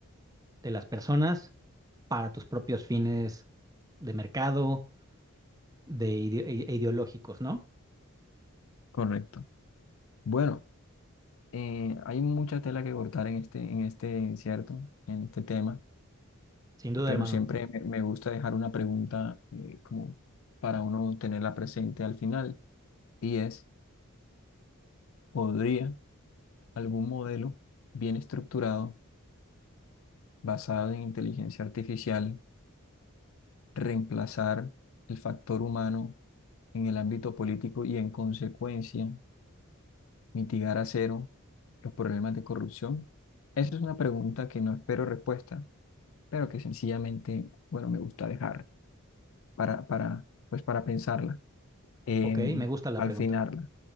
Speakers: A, on the right; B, on the left.
A: de las personas para tus propios fines de mercado de ide- e e ideológicos, ¿no?
B: correcto. Bueno, eh, hay mucha tela que cortar en este, en este, ¿cierto? En este tema,
A: Sin duda,
B: pero
A: hermano.
B: siempre me, me gusta dejar una pregunta eh, como para uno tenerla presente al final, y es, ¿podría algún modelo bien estructurado basado en inteligencia artificial, reemplazar el factor humano en el ámbito político y en consecuencia mitigar a cero los problemas de corrupción? Esa es una pregunta que no espero respuesta, pero que sencillamente, bueno, me gusta dejar para, para, pues para pensarla, em,
A: Ok, me gusta la
B: al
A: pregunta.
B: finarla.